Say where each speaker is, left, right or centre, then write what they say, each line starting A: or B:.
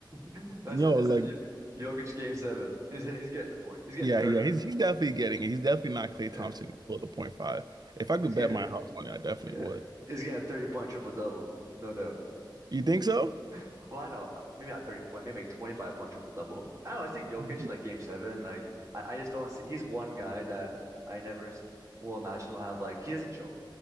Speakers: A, on the right; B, on the right.
A: <laughs> That's
B: Yo,
A: this
B: like,
A: is Yo- Jokic game seven. He's he's getting the point. He's getting
B: yeah,
A: 30.
B: yeah, he's he's definitely getting it. He's definitely not Klay
A: Yeah.
B: Thompson below the point five. If I
A: He's
B: could
A: getting
B: bet my house on it, I definitely
A: yeah.
B: would.
A: He's getting 30 point triple double. No doubt.
B: You think so?
A: <laughs> Well, I know maybe not 30 point, maybe like 25 point triple double. I don't know. I think Jokic
B: Mhm.
A: in like game seven, like I, I just don't see he's one guy that I never s- will imagine will have like he doesn't choke.